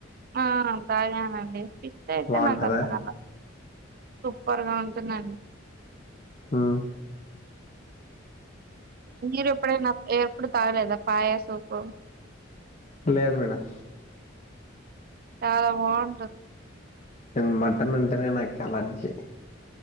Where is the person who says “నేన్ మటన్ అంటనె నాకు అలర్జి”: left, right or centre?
Left